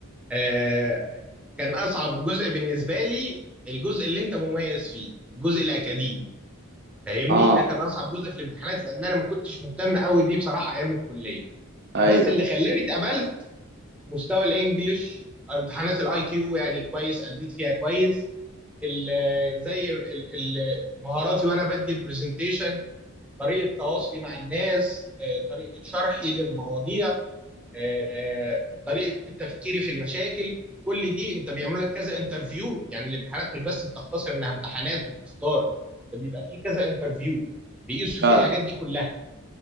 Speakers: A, in the centre; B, on the right (about 45°).
A: آه كان اصعب جزء بالنسبه لي الجزء اللي انت مميز فيه الجزء الاكاديمي فاهمني
B: اه
A: ده كان اصعب جزء في الامتحانات لان انا ما كنتش مهتم قوي بيه بصراحه ايام الكليه
B: ايوه
A: بس اللي خلاني اتقبلت مستوى الانجليش امتحانات الاي كيو يعني كويس اديت فيها كويس ال- زي ال- ال- مهاراتي وانا بدي البرزنتيشن طريقه تواصلي مع الناس آه، طريقه شرحي للمواضيع آه، آه، طريقه تفكيري في المشاكل كل دي انت بيعمل لك كذا انترفيو يعني الامتحانات مش بس بتختصر انها امتحانات وبتختار ده بيبقى فيه كذا انترفيو بيقيسوا
B: فعلا
A: فيه الحاجات دي كلها